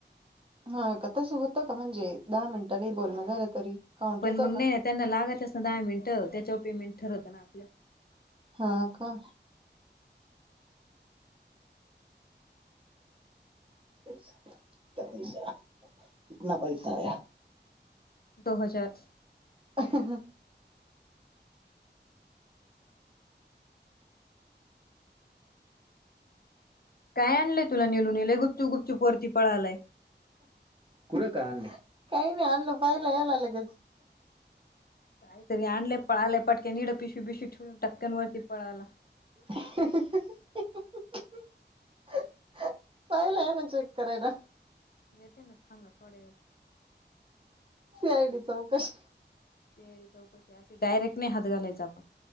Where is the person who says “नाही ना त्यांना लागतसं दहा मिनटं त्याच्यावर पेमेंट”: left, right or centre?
Left